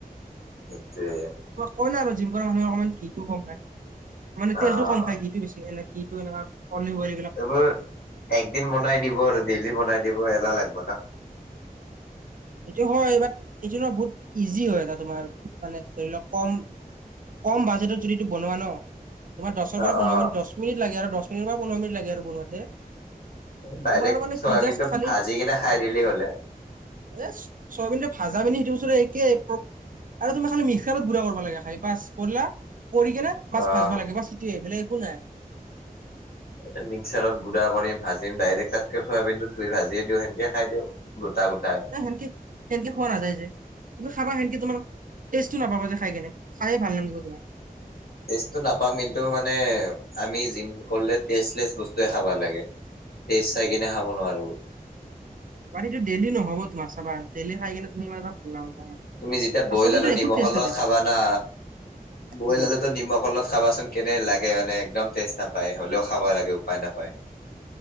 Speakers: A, on the left; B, on the right.
A: সেইটোৱে,
B: কই ন আৰু জিম কৰা মানুহে অকমান কিটো কম খাই। মানে তেলতটো
A: অ',
B: কম খাই ঘিটো বেছি এনে ঘি টো এনেুৱা পল <inaudible>
A: এইবোৰ একদিন বনাই দিব আৰু ডেইলি বনাই দিব এলাহ লাগব ন।
B: এইটো হয় বাট এইটো ন বহুত ইজি হয় এটা তোমাৰ মানে ধৰি লওক কম। কম বাজেটত যদিটো বনোৱা ন তোমাৰ দহৰ
A: অ',
B: পৰা পোন্ধৰ
A: অ',
B: মি দ মিনিট লাগে আৰু দহ মিটৰ পন্ধৰ মিনি লাগে আৰু বনোৱাতে। <inaudible>
A: এ' দাইৰেক্ট
B: তোমাৰ মানে
A: চয়াবিন
B: কি জাষ্ট
A: টো
B: খালি
A: ভাজি কিনে খাই দিলেই হলে
B: এ ছয়াবিনটো ভাজা <unintelligible> আৰু তুমি খালি মিক্সাৰত গুড়া কৰিব লাগে খাই বাছ কৰিলা কৰি কেনে বাছ
A: অ',
B: ভাজব ভাল লাগে বাচ সিটোৱে বেলেগ একো নাই
A: এ মিক্সাৰত গুড়া কৰিম ভাজিম ডাইৰেক্ট তাতকে ফয়াবিনতো ধুই ভাজিয়ে দিওঁ সেনেকে খাই দিওঁ গোটা গোটাই
B: এ সেনকে সেনকে খোৱা নাযায় যে ত খাবা সেনকে তোমাৰ টেষ্টটো নাপাব যে খাই কেনে খায়ে ভাল নাগিব তোমাৰ
A: ষ্টেটো নাপাম কিন্তু মানে আমি জিম কৰিলে টেষ্টলেচ বস্তুৱে খাব লাগে তেজ চাই কিনে খাব নোৱাৰো
B: <unintelligible> টো ডেইলি নহব তোমাৰ চাবা ডেইি খাই কিনে তুমি মানে ভাল নাপাবা
A: তুমি যেতিয়া
B: আৰু
A: বইল
B: চাওমিনটোৰ
A: আলো নিমখৰ
B: একো টেষ্ট
A: লগত
B: নাথাকে
A: খাবা না বইল
B: উম
A: হ'লে তো নিমখ অলপ খাবাচোন কেনে লাগে মানে একদম টেষ্ট নাপায় হ'লেও খাব লাগে উপায় নাপায়